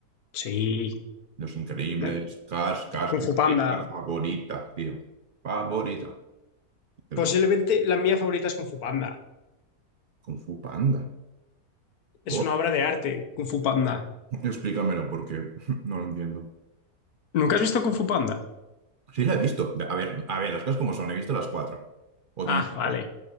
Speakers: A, on the left; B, on the right.
A: Sí,
B: Los Increíbles,
A: Mira,
B: Cars, Cars
A: Kung
B: es
A: Fu
B: mi película
A: Panda.
B: favorita, tío. Favorita. Pero
A: Posiblemente la mía favorita es Kung Fu Panda.
B: Kung Fu Panda.
A: Es
B: Oh,
A: una obra de arte, Kung Fu Panda.
B: explícamelo porque <laughs> no lo entiendo.
A: ¿Nunca has visto Kung Fu Panda?
B: Sí, la he visto. A ver, a ver, las cosas como son, he visto las cuatro. O
A: Ah,
B: tiene cinco.
A: vale.